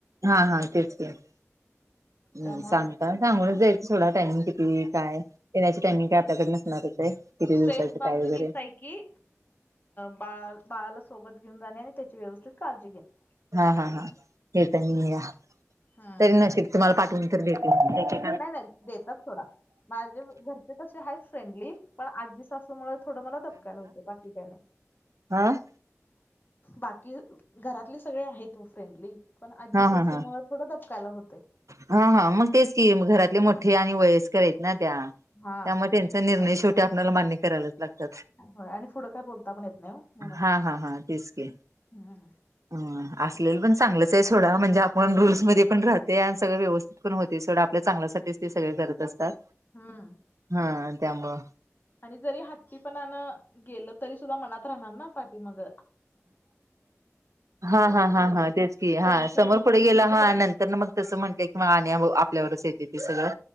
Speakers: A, on the right (about 80°); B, on the left (about 40°).
A: हा हा तेच घ्
B: त्यामुळं
A: सांगता सांगूनच जायच थोडा टायमिंग किती काय येण्याची टायमिंग काय आपल्याकडे नसणारच आहे किती
B: सेफ
A: दिवसाचं
B: बाजू
A: काय वगैरे
B: हीच आहे की बाळा बाळाला सोबत घेऊन जाणे आणि त्याची व्यवस्थित काळजी घेणे
A: हा हा हा हे तर नाही या
B: हा
A: तरी नशिक तुम्हाला पाठवून तर भेटे
B: नाही नाही देतात थोडा माझे घरचे तसे आहेतच फ्रेंडली पण आजी सासूमुळे थोडं मला धपकायला होतें बाकी काही <inaudible>
A: आह
B: बाकी घरातले सगळे आहेत फ्रेंडली पण आज्जी
A: हा
B: सासूमुळं
A: हा हा
B: थोडं दबकायला होतंय
A: हा हा मग तेच की घरातले मोठे आणि वयस्कर आहेत ना त्या त्यामुळे
B: हा
A: निर्णय शेवटी आपल्याला मान्य करायलाच लागत्यात
B: होय आणि पुढं काय बोलता पण येत नाही म्हणून
A: हा हा हा तेच की
B: हम्
A: ह असलेलं पण चांगलंच आहे थोडा म्हणजे आपण रूल्समध्येध्ये पण राहते आणि सगळं व्यवस्थित ण होते सडं आपल्या चांगल्यासाठीठीच ते सगळे करत असतात
B: हा
A: हा त्यामुळं
B: आणि जरी हात्टी पण गेलं तरी सुद्धा मनात राहणार ना पाठीी मग
A: हा
B: त्यापेक्षा
A: हा हा हा तेच की
B: परमिशन
A: हा समोर
B: घेऊनच
A: पुढे गेला
B: गेलेलं
A: हा
B: बरं.
A: नंतर मग तसं म्हटलंय की मग आणि आपल्यावरच येते सगळं